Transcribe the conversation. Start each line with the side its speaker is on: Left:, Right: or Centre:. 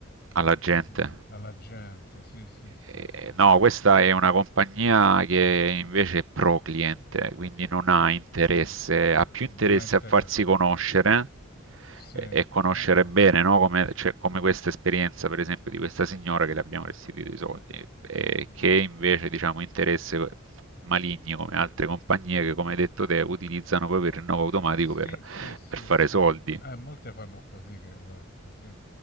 Right: alla gente.
Left: per- alla gente. Sì, sì, sì,
Right: Ehm,
Left: sì, sì.
Right: no, questa è una compagnia che invece è pro cliente, quindi non ha interesse,
Left: Mm.
Right: ha più interesse
Left: Non ha interesse.
Right: a farsi conoscere
Left: Sì,
Right: e, e conoscere
Left: vabbè.
Right: bene, no? Come, cioè, come questa esperienza, per esempio, di questa signora che le abbiamo restituito i soldi, e
Left: Mm.
Right: che invece, diciamo, interesse maligni come altre compagnie che, come hai detto te, utilizzano proprio il rinnovo automatico
Left: Sì,
Right: per
Left: sì, sì,
Right: per fare
Left: sì,
Right: soldi.
Left: sì. Eh, molte fanno così, che esatto, sì.